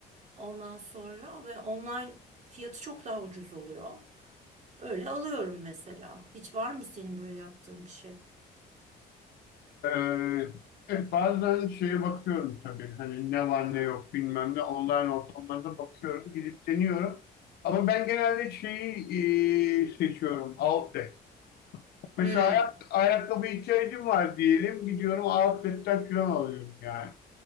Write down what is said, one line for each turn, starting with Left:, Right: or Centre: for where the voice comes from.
Right: Ondan sonra ve online fiyatı çok daha ucuz oluyor. Öyle alıyorum mesela. Hiç var mı senin böyle yaptığın bir şey?
Left: Ee, evet bazen şeye bakıyorum tabii hani ne var ne yok bilmem ne online ortamlarda bakıyorum gidip deniyorum. Ama ben genelde şeyi e, seçiyorum outlet. Mesela
Right: Hmm,
Left: ayak, ayakkabı ihtiyacım var diyelim. Gidiyorum outlet'ten falan alıyorum yani.